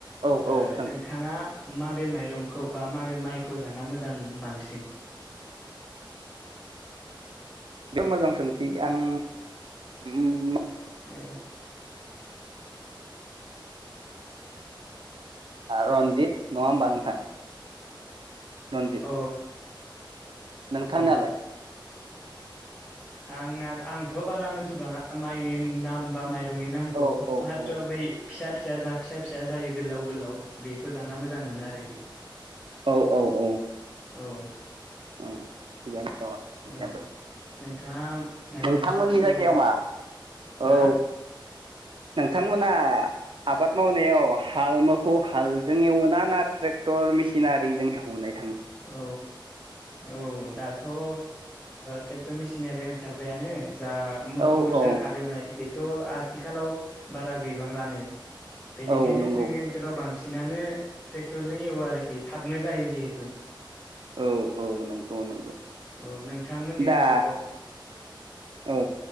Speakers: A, on the right; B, on the left.
A: औ
B: ओ
A: सों
B: नोंथाङा माबे माइरंखौ बा माबे माइखौ जाना मोजां मोनो बांसिन
A: बिराद मोजां सोंथि आं उम
B: औ
A: रन्जित नङा होमबा नोंथां रनजित
B: औ
A: नोंथांनालाय
B: औ आंना आंथ बारा मिनथिबाङा माइनि नाम बा माइ रंनि नामखौ
A: औ औ
B: माथ्र'
A: औ
B: बै फिसा फिसा जाथ फिसा फिसा जायो गोलाव गोलाव बेखौ जाना मोजां मोनो आरोखि
A: औ औ औ
B: औ
A: ओं थिगानो दङ नोंथांनियाबो
B: औ नोंथाङा मायबाफोर
A: नोंथांमोननि
B: सोंनो दंबावो
A: जायगायाव
B: नामा
A: मा
B: हो
A: औ नोंथांमोना आबाद मावनायाव हाल मोखौ हालजों एवोना ना ट्रेक्टर मेसिनारिजों हेवनाय
B: औ औ दाथ' ओ थेख <unintelligible> मिसिंनारि ओंखारबायानो जा मोखौजों
A: औ औ
B: हालेवनाय बेथ' आथिखालाव बारा गैबांलानै बेनिखायनो
A: औ नंगौ
B: जोंनि ओनसोलाव बांस मेसिनानो ट्रेक्टरजों एवो आरोखि थाबनो जायो जिहेतु
A: औ औ नंगौ नंगौ
B: औ नोंथांमोननि
A: दा
B: ओनसोलाव
A: औ